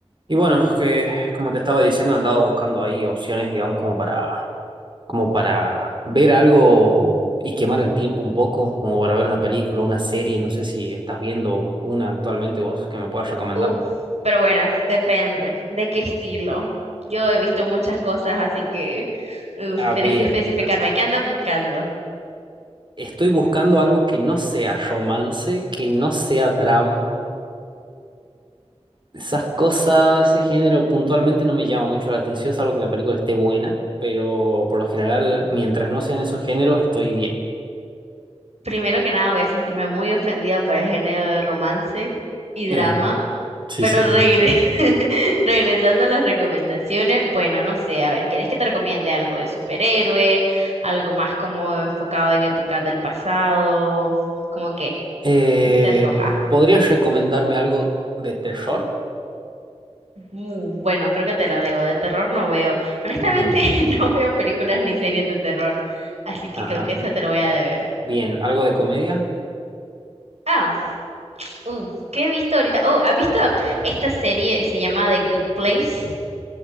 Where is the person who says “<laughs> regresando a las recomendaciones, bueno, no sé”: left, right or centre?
Right